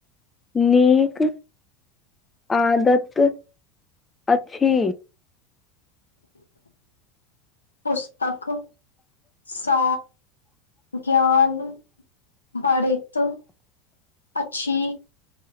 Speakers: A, on the left; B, on the left.
A: नीक आदत अछि
B: <inaudible> पुस तक स ज्ञान बढ़ैत अछि